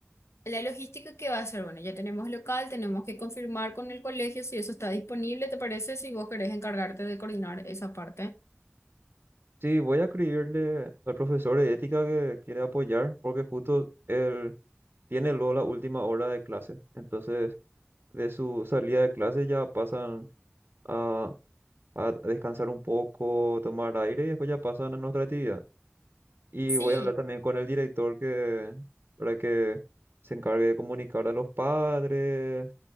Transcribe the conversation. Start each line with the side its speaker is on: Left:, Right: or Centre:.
Left: la logística que va a ser. Bueno, ya tenemos local, tenemos que confirmar con el colegio si eso está disponible, ¿te parece? Si vos querés encargarte de coordinar esa parte.
Right: Sí, voy a escribirle al profesor de ética que quiere apoyar porque justo él tiene luego la última hora de clase. Entonces, de su salida de clase ya pasan a a descansar un poco, tomar aire y después ya pasan a nuestra actividad. Y
Left: Sí,
Right: voy a hablar también con el director que, para que se encargue de comunicar a los padres,